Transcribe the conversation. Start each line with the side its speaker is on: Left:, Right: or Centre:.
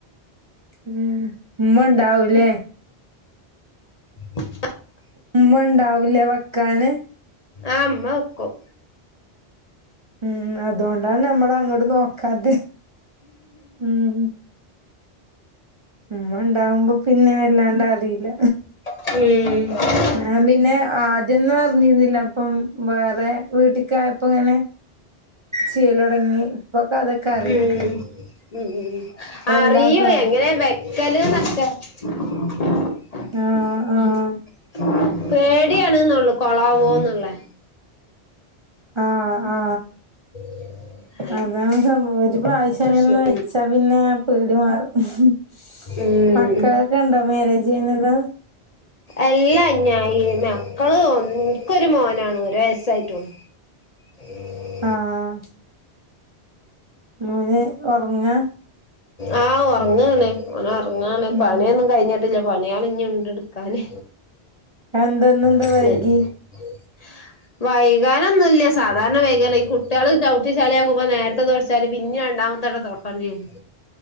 Right: ഉം ഉമ്മ ഉണ്ടാവൂലേ
Left: <unintelligible>
Right: ഉമ്മണ്ടാവൂലേ വെക്കാന്?
Left: ആ ഉമ്മ വെക്കും
Right: ഉം അതോണ്ടാ നമ്മള് അങ്ങട് നോക്കാതെ ഉം. ഉമ്മണ്ടാവുമ്പോ പിന്നെ വല്ലാണ്ട് അറിയില്ല
Left: ഉം
Right: ഞാൻ പിന്നെ ആദ്യംന്ന് അറിഞ്ഞിരുന്നില്ല അപ്പം വേറെ വീട്ടിക്കയപ്പങ്ങനെ. ചെയ്ലൊടങ്ങി ഇപ്പൊക്കെ അതൊക്കെ അറിയും
Left: ഉം ഉം
Right: ഇപ്പ
Left: അറിയോ
Right: എല്ലാതും അറിയും
Left: എങ്ങനെ വെ - പെലെ നഷ <unintelligible>
Right: ആഹ് ആഹ്
Left: പേടിയാണ്ന്നൊള്ളു കൊളാവോന്നൊള്ളേ
Right: ആ ആ
Left: <unintelligible>
Right: അതാണ് സംഭവം ഒരു പ്രാവശ്യം
Left: പ്രശ്നം
Right: അങ്ങനെന്ന് വെച്ചാ പിന്നെ പേടി മാറും.
Left: ഉം
Right: മക്കളൊക്കെ ഉണ്ടോ മാരേജ് കഴിഞ്ഞത്?
Left: അല്ലാ ഞാ ഇ മക്കള് ൻക്കൊരു മോനാണ് ഒരു വയസ്സായിട്ടുള്ളു <unintelligible>
Right: ആഹ് മോന് ഉറങ്ങാ?
Left: ആഹ് ഉറങ്ങാണ് ഓന് ഉറങ്ങാണ്
Right: ഉം
Left: പണിയൊന്നും കഴിഞ്ഞിട്ട- ട്ടില്ല പണിയാള്ഞ്ഞുണ്ട് എടുക്കാന്
Right: അതെന്താന്നെന്താ
Left: <unintelligible>
Right: വൈകി
Left: വൈകാനൊന്നുല്ല സാധാരണ വൈകല് ഈ കുട്ട്യള് ചവിട്ടി ചളിയക്കുമ്പോ നേരത്തെ തൊട- ത് പിന്നേ രണ്ടാമത്തെട തൊട്ക്കണ്ടി വരും